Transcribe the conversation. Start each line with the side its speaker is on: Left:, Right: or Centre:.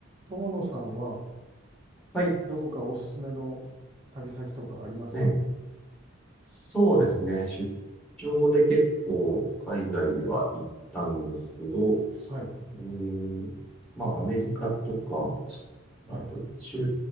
Right: 友野さんは、
Centre: はい。
Right: どこかおすすめの旅先とかありますか
Centre: ね、そうですね。出張で結構海外には行ったんですけど、
Right: はい、
Centre: うーん、まあアメリカとか、
Right: はい。
Centre: あと中